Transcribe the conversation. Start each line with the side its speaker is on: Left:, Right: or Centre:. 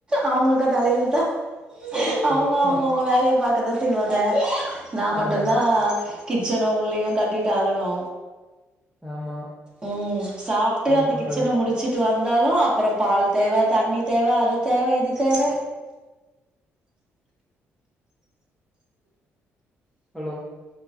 Right: அவங்களுக் தலையெழுத்தா.
Centre: கரெக்ட்தா
Right: அவுங்க அவுங்கவுங்க வேலைய பாக்கதா செய்வாங்க நா
Centre: ஆமாங்க
Right: மட்டுந்தா கிச்சனு உள்ளயு கட்டிட்டு அளணு.
Centre: ஆமா
Right: உம் சாப்ட்டு
Centre: என்ன
Right: அந்த
Centre: பண்றது
Right: கிச்சன முடிச்சுட்டு வ இருந்தாலு அப்றோ பால் தேவ, தண்ணி தேவ, அது தேவ, இது தேவ.
Centre: ஹலோ